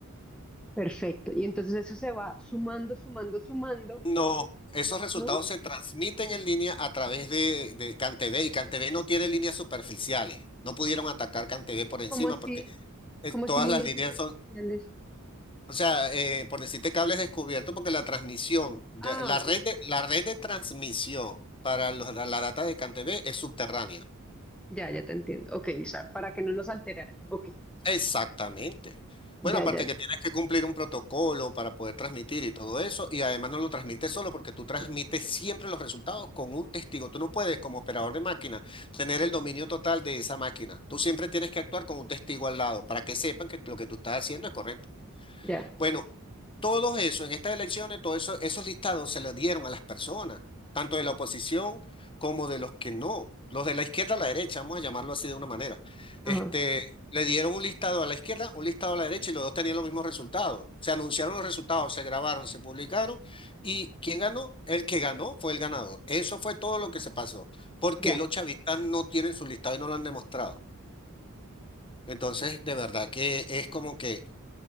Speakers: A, in the centre; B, on the left (about 25°).
A: Perfecto. Y entonces eso se va sumando, sumando, sumando,
B: No, esos resultados
A: ¿no?
B: se transmiten en línea a través de, de CanTV y CanTV no tiene líneas superficiales. No pudieron atacar CanTV por encima
A: Como así,
B: porque eh,
A: como
B: todas
A: así líneas
B: las líneas
A: superficiales.
B: son, o sea, eh, por decirte cables descubiertos porque la transmisión, de-
A: Ah,
B: la
A: ok.
B: red de, la red de transmisión para los- la, la data de CanTV es subterránea.
A: Ya, ya te entiendo. Ok, o sea, para que no los alteraran. Ok.
B: Exactamente.
A: Ya,
B: Bueno, aparte
A: ya, ya.
B: que tienes que cumplir un protocolo para poder transmitir y todo eso, y además no lo transmites solo porque tú transmites siempre los resultados con un testigo. Tú no puedes, como operador de máquina, tener el dominio total de esa máquina. Tú siempre tienes que actuar con un testigo al lado para que sepan que lo que tú estás haciendo es correcto.
A: Ya.
B: Bueno, todo eso, en estas elecciones, todos eso, esos listados se los dieron a las personas, tanto de la oposición como de los que no, los de la izquierda a la derecha, vamos a llamarlo así de una manera.
A: Ajá.
B: Este, le dieron un listado a la izquierda, un listado a la derecha y los dos tenían los mismos resultados. Se anunciaron los resultados, se grabaron, se publicaron y ¿quién ganó? El que ganó fue el ganador. Eso fue todo lo que se pasó, porque
A: Ya.
B: los chavistas no tienen su listado y no lo han demostrado. Entonces, de verdad que es como que...